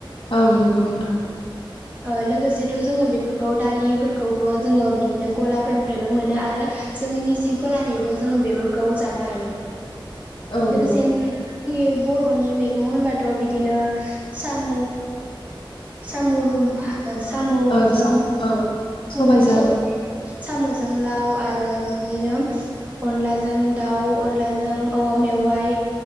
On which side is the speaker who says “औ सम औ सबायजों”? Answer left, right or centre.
Left